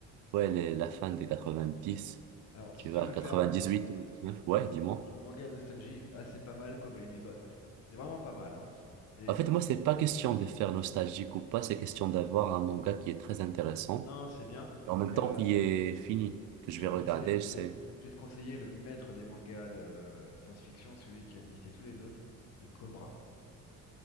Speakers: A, on the right (about 75°); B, on the left (about 55°).
A: ouais, les- la fin des quatre-vingt-dix,
B: Alors,
A: Tu
B: si tu
A: vas
B: veux
A: à
B: faire
A: huit ou neuf Ouais, dis-moi.
B: Dans le manga Nostalgie, là c'est pas mal, Cowboy Bebop. C'est vraiment pas mal. hein. C'est
A: En
B: une
A: fait,
B: his-
A: moi, c'est pas question de faire nostalgique ou pas, c'est question d'avoir un manga qui est très intéressant.
B: Non, c'est bien,
A: En même
B: mais
A: temps,
B: euh,
A: qui est fini, que
B: je
A: je
B: te
A: vais regarder,
B: conseille,
A: c'est
B: je vais, je vais te conseiller le maître des mangas de euh, science-fiction, celui qui a initié tous les autres, c'est Cobra.